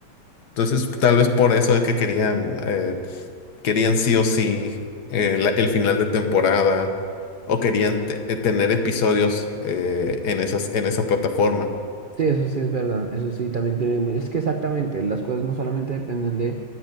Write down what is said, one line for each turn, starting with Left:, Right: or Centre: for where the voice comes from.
Left: Entonces, tal vez por eso es que querían, eh, querían sí o sí eh, la- el final de temporada o querían te- eh, tener episodios eh, en esas, en esa plataforma.
Right: sí, eso sí es verdad. Eso sí también tiene. mu- Es que exactamente, las cosas no solamente dependen de,